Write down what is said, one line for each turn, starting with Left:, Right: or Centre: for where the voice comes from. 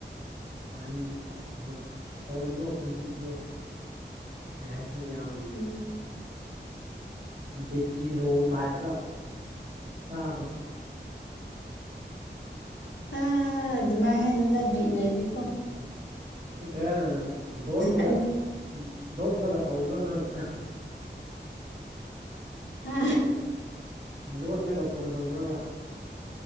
Right: ꯨꯃꯅ ꯈꯣꯟꯅꯣ ꯈꯣꯟꯖꯤꯟꯗꯣ ꯀ ꯍꯥꯏꯁꯤꯅ ꯌꯥꯝ
Left: ꯎꯝ
Right: ꯎꯝ ꯕꯦꯇ꯭ꯔꯤ ꯂꯣ ꯇꯥꯏꯞꯇ ꯇꯕ
Left: ꯑ ꯑꯗꯨꯃꯥꯏ ꯍꯥꯏꯅꯗ ꯕꯤꯠ ꯂꯩꯗꯤ
Right: ꯑꯗꯨ ꯅꯠꯇ꯭ꯔꯒ ꯂꯣꯠꯂꯒ
Left: ꯑꯩ
Right: ꯂꯣꯠꯂꯒ ꯇꯧꯕ꯭ꯔꯣ ꯅꯪ
Left: ꯍꯥ
Right: ꯂꯣꯠꯂꯒ ꯐꯣꯟ ꯇꯧꯅꯕ